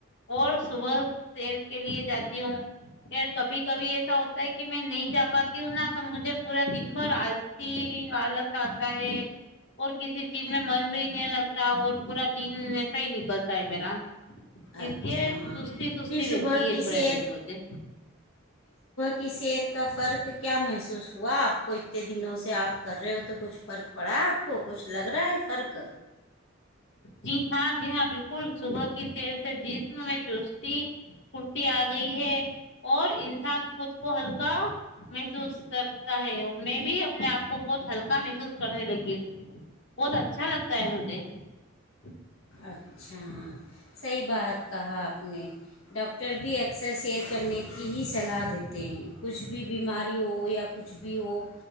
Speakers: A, on the left; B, on the left.
A: اور صبح شیر کے لیے جاتی ہوں کبھی کبھی ایسا ہوتا ہے کہ میں نہیں جا پاتی ہوں نا تو مجھے پورا دن ب آلسی آلس آتا ہے اور کسی چیز میں من بھی نہیں لگتا اور پورا دن ایسا ہی نکلتا ہے میرا
B: اچھا
A: اسے سستی سستی
B: پھر صبح
A: رہتی ہے
B: کی
A: بورے
B: سیر
A: دن مجھے
B: کہ سیر کا فرق کیا محسوس ہوا آپ کو اتنے دنوں سے آپ کر رہے ہو تو کچھ فرق پڑا آپ کو کچھ لگ رہا ہے فرق
A: جی ہاں جی ہاں بالکل صبح کی س سے جیتوں میں چوسوں کرتی آ گئی ہے اور انسان خود کو ہلکا محسوس کرتا ہے میں بھی اپنے آپ کو بہت ہلکا محسوس کرنے لگی ہوں بہت اچھا لگتا ہے مجھے <unintelligible>
B: اچھا صحیح بات کہا آپ نے ڈاکٹر بھی اکثر سیر کرنے کی ہی صلاح دیتے تو کچھ بھی بیماری ہو یا کچھ بھی ہو